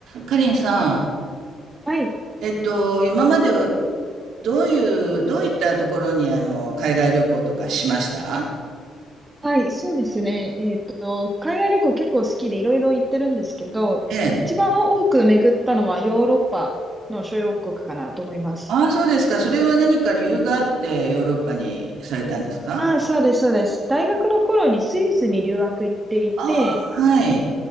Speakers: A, on the right; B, on the right.
A: かりんさん、
B: はい。
A: えっと、今までどういう、どういったところにあの、海外旅行とかしました
B: はい。そうですね。えっと、海外旅行結構好きでいろいろ行ってるんですけど、
A: ええ。
B: 一番多く巡ったのはヨーロッパの諸要国かなと思います。
A: ああ、そうですか。それは何か理由があってヨーロッパにされたんですか
B: ああ、そうです、そうです。大学の頃にスイスに留学行っていて、
A: ああ、はい。